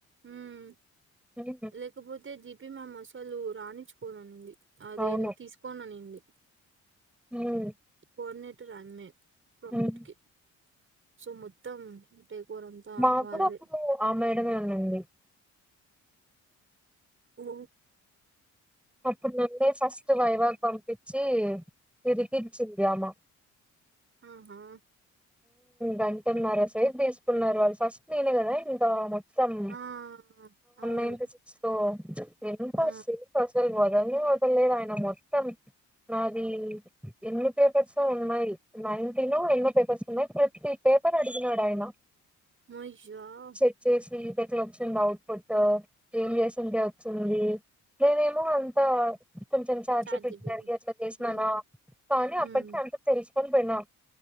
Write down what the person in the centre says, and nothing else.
ఉమ్,
అవును
ఉమ్
ఉమ్
మా
కూడా అప్పుడు ఆ మేడమే ఉన్నింది
అప్పుడు నున్నే ఫస్ట్ వైవాగ్ పంపించి విరికిించింది అమ్మ
గంటన్నారా సేపు తీసుకున్నారు వాళ్ళు ఫస్ట్ నేనే కదా ఇంకా వన్
<unintelligible> సిక్స్ లో ఎంత
సేపు అసలు వై <unintelligible> అదలేదు ఆయన మొత్తం నాది ఎనీ పేపర్స్ ఉన్నాయి నైన్టీన్ నో ఎన్నో పేపర్స్ అ ప్రతి పేపర్ అడిగినాడు ఆయన
చెక్ చేసి ఇదెట్ల వచ్చింది అవుట్ పట్ ఏం చేసింటే వచ్చింది నేనేమో అంత కొంచెం చఛార్జీ
పెట్టినకి అట్లా చేసిననా
కానీ
అప్పటిక అంత తెలిసి కొన్ పోయినా